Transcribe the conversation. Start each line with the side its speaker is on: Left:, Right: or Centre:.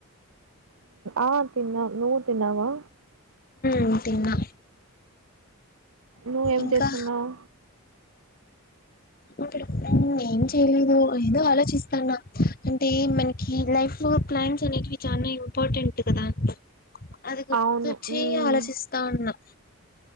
Right: ఆ తిన్నా నువ్వు తిన్నావా
Left: ఉమ్ తిన్నా
Right: నువ్వేం
Left: ఇంకా
Right: చేస్తున్నావ్
Left: ఇప్పుడు మ్ ఏం చేయలేదు ఏదో ఆలోచిస్తాన్న అంటే మనకి లైఫ్ ప్లాన్స్ అనేటివి చాలా ఇంపార్టెంట్ కదా అది గుర్తొచ్చి
Right: అవును మ్మ్
Left: ఆలోచిస్తా ఉన్నా